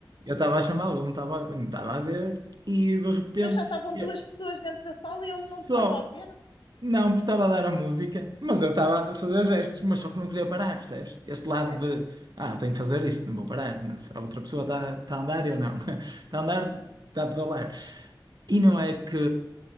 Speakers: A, on the right (about 60°); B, on the left (about 85°).
A: Eu estava a chamá-lo, ele não estava, não estava a ver e de repente
B: Mas só estavam
A: eu
B: duas pessoas dentro da sala e ele
A: só.
B: não te estava a ver?
A: Não, porque estava a dar a música, mas eu estava a fazer gestos, mas só que não queria parar, percebes? Este
B: Ok.
A: lado de, ah, tenho que fazer isto, não vou parar. mas A outra pessoa está, está a andar, eu não. <laughs> Está a andar, está a pedalar. E não é que